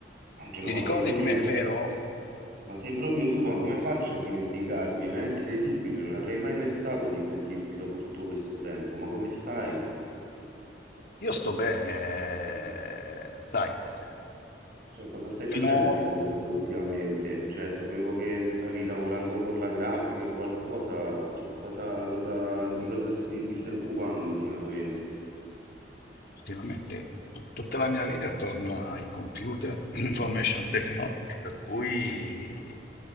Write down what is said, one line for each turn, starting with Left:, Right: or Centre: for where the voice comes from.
Right: Angela,
Left: Ti
Right: ma
Left: ricordi
Right: sei proprio
Left: di me,
Right: tu,
Left: vero?
Right: ma sei proprio tu, ma come faccio a dimenticarmi? Ma è incredibile, non avrei mai pensato di sentirti dopo tutto questo tempo, ma come stai?
Left: Io sto bene, sai, eh,
Right: Cioè, cosa stai
Left: fino,
Right: facendo di lavoro ultimamente? Cioè, sapevo che stavi lavorando con la grafica e qualcosa, cioè, cosa, cosa, di cosa si- ti stai occupando ultimamente?
Left: Effettivamente, tutta la mia vita è attorno ai computer, <clears throat> information technology, per cui